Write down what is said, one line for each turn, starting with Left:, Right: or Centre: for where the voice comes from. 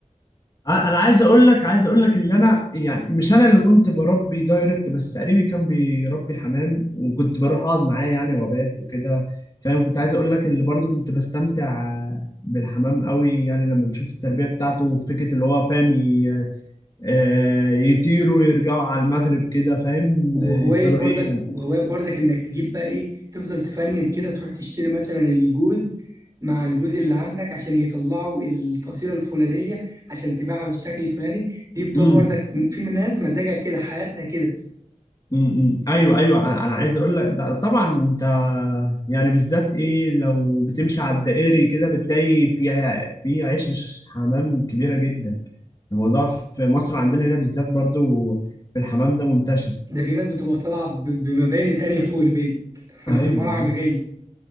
Left: ع- انا عايز اقول لك عايز اقول لك اللي انا يعني مش انا اللي كنت بربي دايركت بس قريبي كان بيربي حمام وكنت بروح اقعد معاه يعني وبات وكده فاهم كنت عايز اقول لك اللي برضه كنت بستمتع بالحمام قوي يعني لما بشوف التربية بتاعته وفكرة اللي هو فاهم ي- آه، يطيروا ويرجعوا على المغرب كده فاهم
Right: وهواية
Left: يفضلوا
Right: برضك
Left: ايه
Right: وهواية برضك انك تجيب بقى ايه تفضل تفنن كده تروح تشتري مثلا الجوز مع الجوز اللي عندك عشان يطلعوا الفصيلة الفلانية عشان تبيعها بالشكل الفلاني دي بتبقى
Left: يعني
Right: برضك في من ناس مزاجها كده حياتها كده
Left: امم ايوه ايوه انا أنا عايز اقول لك ده طبعا انت يعني بالذات ايه لو بتمشي على الدائري كده بتلاقي فيها في عيشه حمام كبيره جدا الموضوع في مصر عندنا هنا بالذات برضو في الحمام ده منتشر
Right: ده في ناس بتبقى طالعة ب- بمباني تانية فوق البيت <laughs> عبارة
Left: ايوه
Right: عن
Left: أيوة،
Right: غية